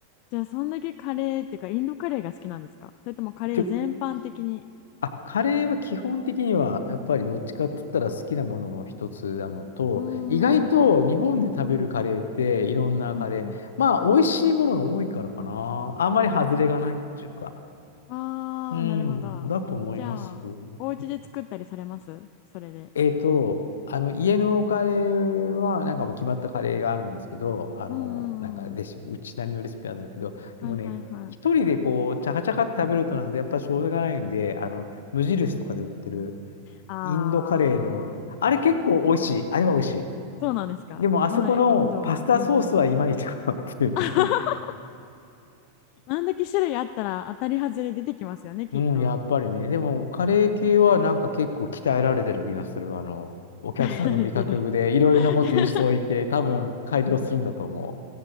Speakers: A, on the left; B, on the left.
A: じゃあ、そんだけカレーっていうか、インドカレーが好きなんですかそれともカレー全般的に。
B: ってあ、カレーは基本的には、やっぱりどっちかって言ったら好きなものの一つなのと、
A: うーん、
B: 意外と日本で食べるカレーっていろんなカレー、
A: うんうん
B: まあ美味しいものが多いからかな。あんまり外れがないっていうか。
A: ああ、
B: うん、
A: なるほど。
B: だと思います。
A: じゃあ、
B: うん
A: お家で作ったりされますそれで。
B: えっと、あの、家のカレーは、なんかもう決まったカレーがあるんですけど、あの、
A: うんうんうんうん。
B: なんかレシピ、うちなりのレシピなんだけど、でもね、
A: はいはいはい。
B: 一人でこう、チャカチャカって食べるとなので、やっぱしょうがないんで、あの、無印とかで売ってる、
A: ああ、
B: インドカレーの、あれ結構美味しい。あれは美味し
A: そうなんですか。
B: い。でも、あそこのパスタソースはいまいちかなっていう。
A: まだインドは。うんうん。<laughs>
B: <laughs>
A: あんだけ種類あったら当たり外れ出てきますよね、きっと。
B: うん、やっぱりね。でも、カレー系はなんか結構鍛えられてる気がする。あの、お客さんの味覚でいろいろなこと言う人いて、
A: <laughs> 慣れてる。<laughs>
B: 多分改良するんだと思